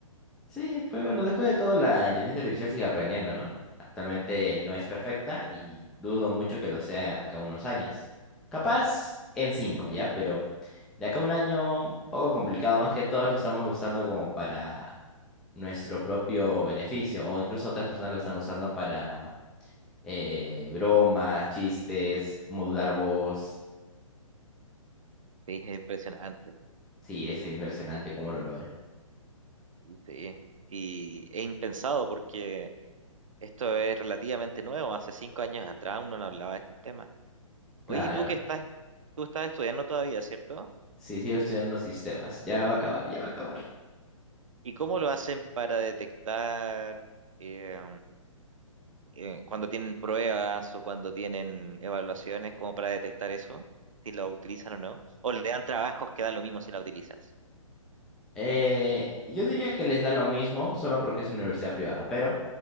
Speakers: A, in the centre; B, on the right.
A: Sí, pues bueno, después de todo, la inteligencia artificial sigue aprendiendo, ¿no? Actualmente no es perfecta y dudo mucho que lo sea acá unos años. Capaz en cinco, ¿ya? Pero De acá a un año, un poco complicado, más que todos lo estamos usando como para nuestro propio beneficio, o incluso otras personas lo están usando para eh, bromas, chistes, modular voz.
B: Sí, es impresionante.
A: Sí, es impresionante cómo lo logra.
B: Sí. Y es impensado porque esto es relativamente nuevo. Hace cinco años atrás uno no hablaba de estos temas. Oye,
A: Claro,
B: ¿y tú que estás, tú estás estudiando todavía, ¿cierto?
A: sí, sigo estudiando sistemas, ya va a acabar, ya va a acabar.
B: ¿Y cómo lo hacen para detectar eh, eh, cuando tienen pruebas o cuando tienen evaluaciones, como para detectar eso? Si lo utilizan o no. O le dan trabajos que da lo mismo si la utilizas.
A: Eh, yo diría que les da lo mismo solo porque es una universidad privada, pero